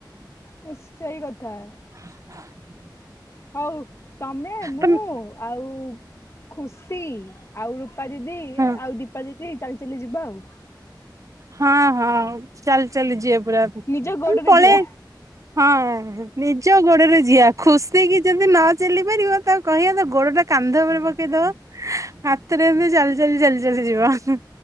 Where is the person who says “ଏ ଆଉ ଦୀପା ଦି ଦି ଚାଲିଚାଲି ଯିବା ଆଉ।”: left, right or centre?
Left